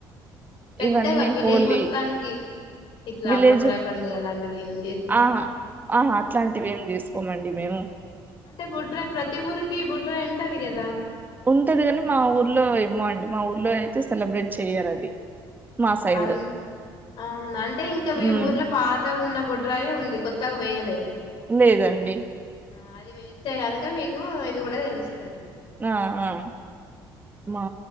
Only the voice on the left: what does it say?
పెద్దగా
విలేజ్
మొత్తానికి ఇట్లా
బో డ్రాై పండుగ అలాంటివినం చేసనా
అంటే బుడ్రాయ్ ప్రతి ఊరికి బుడ్రాయి ఉంటది కదా
అ అవును అంటే ఇంకా మీ
ఊర్లో పాత ఉన్న బుడ్రాయ ఉంది కొత్తగా వేయలే
ఆ అది వేస్తే గనుక మీకు ఇది కూడా తెలుస్తుంది